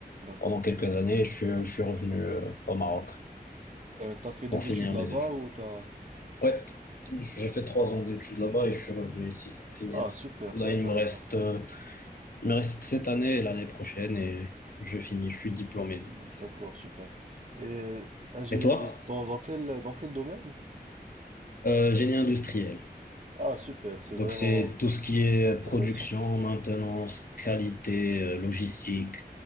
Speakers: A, on the right; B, on the left.
A: d'accord.
B: pendant quelques années. et Je suis, je suis revenu euh, au Maroc
A: Euh, t'as fait des
B: pour finir
A: études là-bas
B: mes études.
A: ou t'as...
B: Ouais, j'ai fait trois ans d'études là-bas et je suis revenu ici pour finir.
A: Ah, super,
B: Là,
A: c'est intéressant.
B: il me reste, euh, il me reste cette année et l'année prochaine et je finis. Je suis diplômé du
A: D'accord,
B: coup.
A: super. Et ingénierie,
B: Et toi?
A: dans, dans quel, dans quel domaine?
B: Euh, génie industriel.
A: Ah, super, c'est
B: Donc,
A: vraiment,
B: c'est tout ce qui est
A: c'est intéressant.
B: production, maintenance, qualité, euh, logistique.